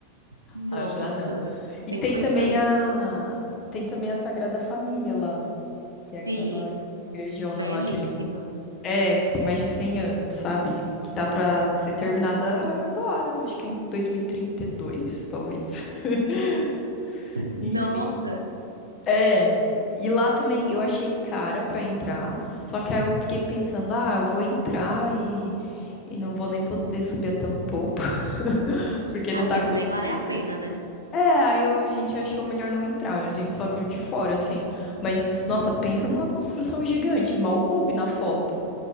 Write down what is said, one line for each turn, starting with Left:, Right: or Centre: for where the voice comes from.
Right: Nossa,
Left: Aí eu falei, ah, não. E
Right: sem
Left: tem
Right: condições.
Left: também a tem também a Sagrada Família lá, que é aquela
Right: Sim,
Left: igrejona
Right: belíssima.
Left: lá que eles É, que tem mais de 100 anos, sabe? Que tá pra ser terminada agora, acho que em 2032, talvez. <laughs>
Right: Nossa,
Left: Enfim. É. E lá também eu achei cara pra entrar, só que aí eu fiquei pensando, ah, eu vou entrar e, e não vou nem poder subir até o topo, <laughs> porque
Right: às
Left: não tá
Right: vezes
Left: construído.
Right: nem vale a pena, né?
Left: É, aí eu- a gente achou melhor não entrar, a gente só viu de fora, assim. Mas, nossa, pensa numa construção gigante, mal coube na foto.